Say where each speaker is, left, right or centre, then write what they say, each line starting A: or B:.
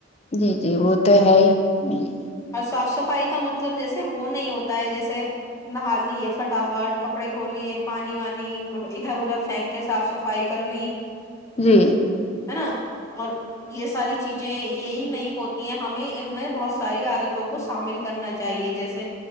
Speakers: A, on the left (about 35°); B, on the left (about 15°).
A: جی جی وہ تو ہے ہی ج
B: اور صاف صفائی کا مطلب جیسے وہ نہیں ہوتا ہے جیسے نہا لیے فٹافٹ کپڑے دھو لیے پانی وانی ادھر ادھر پھینک کے صاف صفائی کر لی
A: جی
B: ہے نا اور یہ ساری چیزیں یہی نہیں ہوتی ہیں ہمیں ان میں بہت ساری عادتوں کو شامل کرنا چاہیے جیسے